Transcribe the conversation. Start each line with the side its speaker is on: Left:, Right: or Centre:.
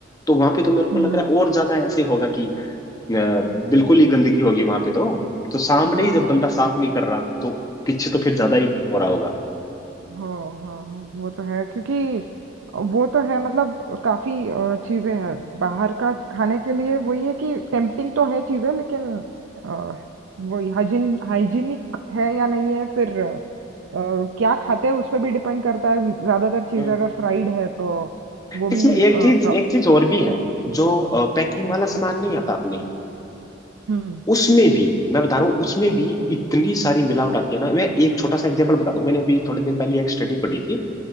Left: तो वहां पे तो मेरे को
Right: हम्म
Left: लग रहा है और ज्यादा ऐसे होगा कि अ, बिल्कुल ही गंदगी होगी वहां पे तो तो सामने
Right: हाँ
Left: ही जब
Right: हाँ
Left: बंदा साफ नहीं कर रहा तो पीछे तो फिर ज्यादा ही हो रहा होगा
Right: हाँ हाँ हाँ, वो तो है क्योंकि वो तो है मतलब काफी अ, चीजें हैं बाहर का खाने के लिए वही है कि टेम्पटिंग तो है चीजें लेकिन अ, वही हाइजीन हाइजीनिक है या नहीं है फिर अ, क्या खाते हैं उस पर भी डिपेंड करता है ज्यादातर चीजें
Left: हम्म।
Right: अगर फ्राइड है तो वो भी
Left: इसमें एक
Right: अ,
Left: चीज
Right: प्रॉ-
Left: एक चीज और भी है जो पैकिंग वाला सामान नहीं आता आपने
Right: हम्म
Left: उसमें भी मैं बता रहा हूँ उसमें भी इतनी सारी मिलावट आती है ना मैं एक छोटा सा एग्जांपल बता दूं मैंने अभी थोड़े दिन पहले एक स्टडी पढ़ी थी